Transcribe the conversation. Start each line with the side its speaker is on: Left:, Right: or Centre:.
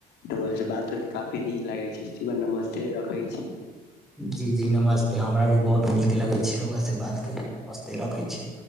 Left: रउवा से बात कर काफी नीक लागै छै, ठीक बा नमस्ते रखै छी।
Centre: जी-जी नमस्ते, हमरा भी बहुत नीक लगै छै रउवा से बात कर कऽ, नमस्ते रखै छै।